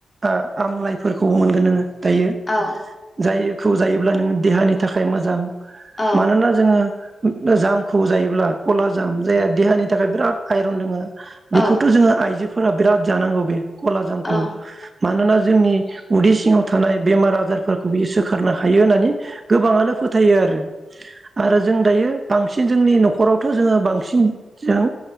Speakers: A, on the right; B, on the left.
A: ओ आमलाय फोरखौबो मोनगोन नोङो दायो
B: औ
A: जायखौ जायोब्ला नोङो देहानि थाखाय मोजां
B: औ
A: मानोना जोंङो <unintelligible> जामखौ जायोब्ला क'लाजाम जायहा देहानि थाखाय बिराद आइरन दोंङो बेखौथ'
B: औ
A: जोंङो आइजोब फोरा बिराद जानांगौ बे क'लाजामखौ
B: औ
A: मानोना जोंनि उदै सिङाव थानाय बेमार आजारफोरखौ बियो सोखारनो हायो होननानै गोबांआनो फोथायो आरो। आरो जों दायो बांसिन जोंनि न'खरावथ' जोङो बांसिन जों